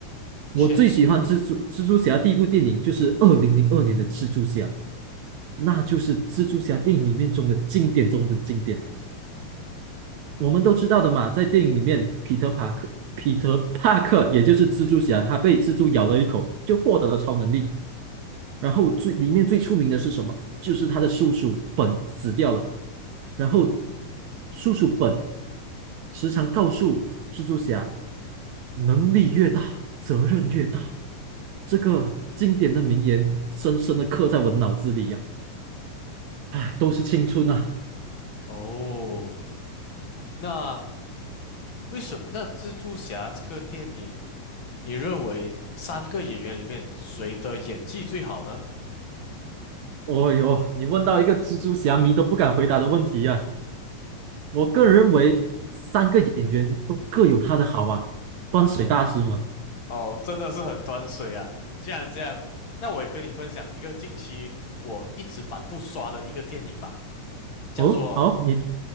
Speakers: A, on the right (about 75°); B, on the left (about 50°).
A: 我最喜欢蜘蛛蜘蛛侠第一部电影就是二零零二年的蜘蛛侠，
B: 确实，
A: 那就是蜘蛛侠电影里面中的经典中的经典。我们都知道的嘛，在电影里面，彼得帕克，彼得帕克也就是蜘蛛侠，他被蜘蛛咬了一口，就获得了超能力。然后最里面最出名的是什么？就是他的叔叔本死掉了，然后叔叔本时常告诉蜘蛛侠，能力越大，责任越大。这个经典的名言深深的刻在我的脑子里呀、唉，都是青春啊！
B: 哦，那为什么那蜘蛛侠这个电影，你认为三个演员里面谁的演技最好呢？
A: 哦哟，你问到一个蜘蛛侠迷都不敢回答的问题呀、我个人认为，三个演员都各有他的好啊。端水大师嘛，
B: 啊、哦，真的是很端水啊！既然这样，那我也跟你分享一个近期我一直反复刷的一个电影吧，叫做
A: 哦，好，你